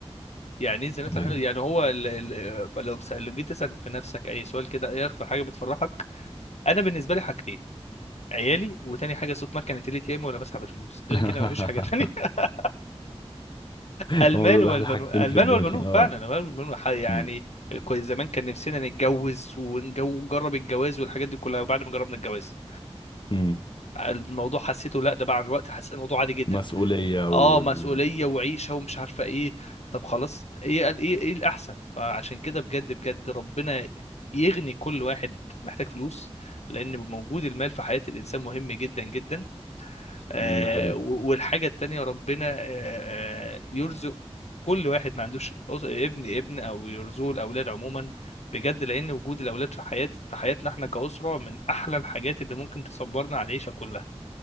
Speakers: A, on the left; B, on the left.
A: يعني إيه زينة
B: ايوه
A: الحياة الدنيا؟ يعني هو ال ال لو س- لو جيت تسأل في نفسك أي سؤال كده إيه أكتر حاجة بتفرحك أنا بالنسبة لي حاجتين عيالي وتاني حاجة صوت مكنة الATM وأنا بسحب الفلوس غير
B: <laughs>
A: كده مفيش حاجة تانية <laughs>
B: هما
A: المال
B: دول
A: والبنون
B: احلى حاجتين
A: المال
B: في الدنيا
A: والبنون
B: اه
A: فعلا المال والبنون ح- يعني
B: امم
A: كويس زمان كان نفسنا نتجوز ونجو- ونجرب الجواز والحاجات دي كلها وبعد ما جربنا الجواز
B: امم
A: الموضوع حسيته لا ده بعد الوقت حسيت الموضوع عادي جدا
B: مسؤولية وال
A: اه مسؤوليه وعيشه ومش عارفه ايه طب خلاص ايه قال ايه ايه الاحسن فعشان كده بجد بجد ربنا يغني كل واحد محتاج فلوس لان موجود المال في حياه الانسان مهم جدا جدا آه
B: ده حقيقي.
A: و- والحاجه التانيه ربنا آه آه يرزق كل واحد ما عندوش أس- ابن ابن او يرزقه الاولاد عموما بجد لان وجود الاولاد في حياه في حياتنا احنا كاسره من احلى الحاجات اللي ممكن تصبرنا على العيشه كلها